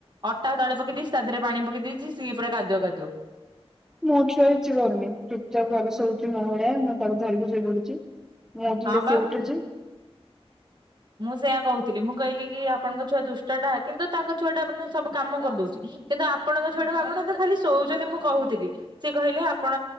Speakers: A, on the right; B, in the centre.
A: ଅଟା ତଳେ ପକେଇ ଦେଇେଇଛି ତା ଦେହରେ ପାଣି ପକେଇ ଦେଇଛି ସିଏ ପୁରା କାଦୁଅ କାଦୁଅ।
B: ମୋ ଛୁଆ କିଛି କରୁନି ଠିକ ଠାକ ଘରେ ଶୋଉଛି ମୋ ଭଳିଆ ମୁଁ ତାକୁ ଧରିକି ଶୋଇ ପଡୁଛି। ମୁଁ ଉଠିଲେ
A: ହଁ ବା
B: ସିଏ ଉଠୁଛି।
A: ମୁଁ ସେଇୟା କହୁଥିଲି ମୁଁ କହିଲି କି ଆପଣଙ୍କ ଛୁଆ ଦୁଷ୍ଟଟା କିନ୍ତୁ ତାଙ୍କ ଛୁଆଟା ମାନେ ସବୁ କାମ କରିଦଉଛି। କିନ୍ତୁ ଆପଣଙ୍କ ଛୁଆଟକୁ ଆପଣ ତ ଖାଲି ଶୋଉଛନ୍ତି ମୁଁ କହୁଥିଲି। ସିଏ କହିଲେ ଆପଣ